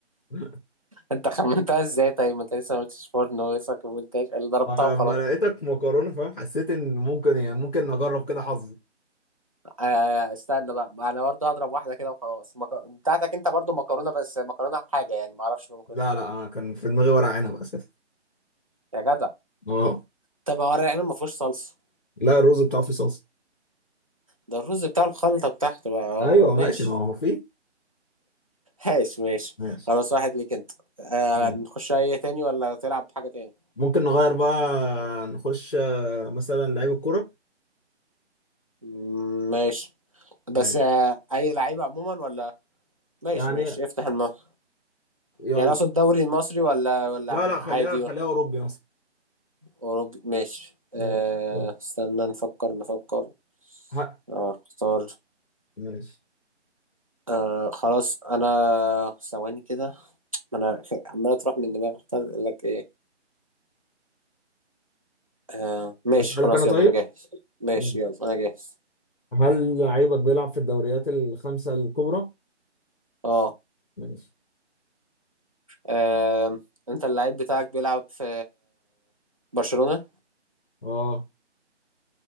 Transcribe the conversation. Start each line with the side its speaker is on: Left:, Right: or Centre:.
Left: <laughs>
Right: أنت خمنتها إزاي طيب ما أنت لسه ما قلتش فرن ولسه ما قلتهاش اللي ضربتها
Left: لما
Right: وخلاص
Left: لقيتك مكرونه فاهم حسيت ان ممكن يعني ممكن نجرب كده حظي
Right: آه استنى بقى ما انا برضه هضرب واحده كده وخلاص مك... بتاعتك انت برضه مكرونه بس مكرونه بحاجه يعني ما اعرفش مكرونه
Left: لا
Right: ايه
Left: لا انا كان في دماغي ورق عنب اساسا
Right: يا جدع
Left: اه
Right: طب ورق العنب ما فيهوش صلصه
Left: لا الرز بتاعه فيه صلصه
Right: ده الرز بتاع الخلطه بتاعته بقى اه
Left: ايوه ماشي
Right: ماشي
Left: ما هو فيه
Right: ماشي ماشي
Left: ماشي
Right: خلاص واحد ليك انت آه
Left: مم.
Right: نخش اي تاني ولا تلعب حاجه تاني
Left: ممكن نغير بقى نخش آه، مثلا لعيب الكرة
Right: مم، ماشي بس
Left: ماشي
Right: آه اي لعيبه عموما ولا ماشي
Left: يعني
Right: ماشي افتح الماء
Left: يلا
Right: يعني اقصد الدوري المصري ولا ولا
Left: لا
Right: عادي
Left: لا خليها خليها اوروبي مثلا
Right: اوروبي ماشي
Left: ماشي
Right: آه
Left: يلا
Right: استنى نفكر نفكر
Left: ه-
Right: اه اختار
Left: ماشي
Right: آه خلاص انا ثواني كده ما انا <laughs> عمال اطرح من دماغي اختار اقول لك ايه آه ماشي
Left: أسألك
Right: خلاص
Left: أنا طيب
Right: يلا انا جاهز ماشي
Left: ماشي
Right: يلا انا جاهز
Left: هل لعيبك بيلعب في الدوريات الخمسة الكبرى؟
Right: اه
Left: ماشي
Right: آم، انت اللعيب بتاعك بيلعب في برشلونة
Left: اه